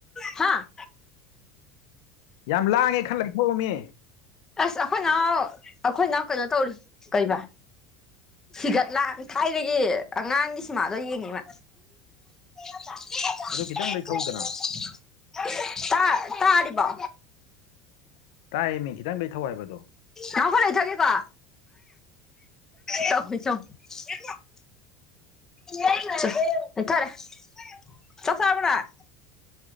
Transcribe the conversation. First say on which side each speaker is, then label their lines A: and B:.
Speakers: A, on the left (about 20°); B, on the left (about 75°).
A: ꯍꯥ
B: ꯌꯥꯝ ꯂꯥꯡꯉꯦ ꯈꯔ ꯂꯩꯊꯧꯃꯤ
A: ꯑꯁ ꯑꯩꯈꯣꯏꯅꯥꯎ ꯑꯩꯈꯣꯏꯅꯥꯎ ꯀꯩꯅꯣ ꯇꯧꯔꯤ ꯀꯩꯕꯥ ꯍꯤꯒꯠꯂꯥꯡ ꯊꯥꯏꯅꯒꯤ ꯑꯉꯥꯡꯒꯤ ꯁꯤꯃꯥꯗꯣ ꯌꯦꯡꯉꯤ ꯃꯥ <unintelligible>
B: ꯑꯗꯨ ꯈꯤꯇꯪ ꯂꯩꯊꯧꯗꯅ
A: <unintelligible> ꯇꯥ ꯇꯥꯔꯤꯕꯣ
B: ꯇꯥꯏꯌꯦꯃꯤ ꯈꯤꯇꯪ ꯂꯩꯊꯧ ꯍꯥꯏꯕ ꯑꯗꯣ
A: ꯅꯥꯎ ꯈꯔ ꯂꯩꯊꯒꯦꯀꯣ ꯇꯧꯏꯁ‌ꯦ ꯌ‌‌ꯦꯡ <unintelligible> <unintelligible> ꯆꯥꯛ ꯆꯥꯔꯕ‌ꯣ ꯅꯪ